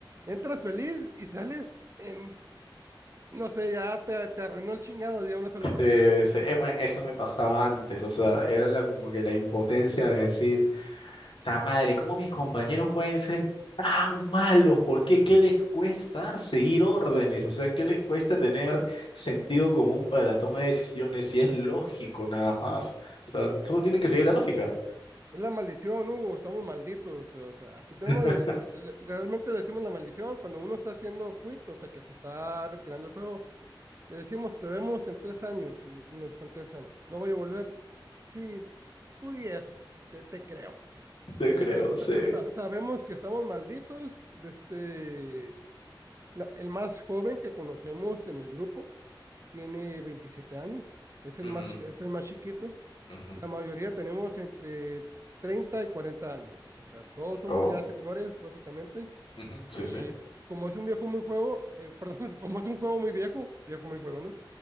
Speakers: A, on the right; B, on the left.
A: entras feliz y sales en, no sé, ya te, te arruinó el chingado de una sola partida.
B: eh, se- eh, me- eso me pasaba antes, o sea, era la, como que la impotencia de decir Ta madre, ¿cómo mis compañeros pueden ser tan malos? ¿Por qué? ¿Qué les cuesta seguir órdenes? O sea, ¿qué les cuesta tener sentido común para la toma de decisiones? Si es lógico nada más. O sea, solo tienen que seguir la lógica.
A: Es la maldición, Hugo, estamos malditos, o sea, aquí tenemos,
B: <laughs>
A: eh, le- le- realmente le decimos la maldición cuando uno está haciendo quit, o sea, que se está retirando el juego Le decimos, te vemos en tres años y, le- y nos contestan, no voy a volver. Sí, tú di eso, te, te creo.
B: Te
A: Eh,
B: creo,
A: sa-
B: sí.
A: sa- sabemos que estamos malditos. de este, la- el más joven que conocemos en el grupo tiene 27 años, es el
B: Ujú,
A: más, es el más chiquito.
B: ujú.
A: La mayoría tenemos entre 30 y 40 años, o sea, todos somos
B: Oh,
A: ya señores, básicamente.
B: ujú, sí,
A: Eh,
B: sí.
A: como es un viejo muy juego, eh, <laughs> perdón, como es un juego muy viejo, viejo muy juego, ¿no?